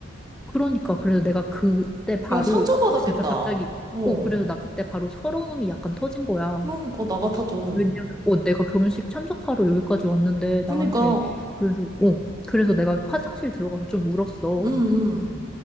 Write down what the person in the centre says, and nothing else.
그러니까 그래서 내가 그때 바로
진짜 갑자기
어 그래서 나 그때 바로 서러움이 약간 터진 거야.
왜냐면 어 내가 결혼식 참석하러 여기까지 왔는데
나한테 그래서 어 그래서 내가 화장실 들어가서 좀 울었어.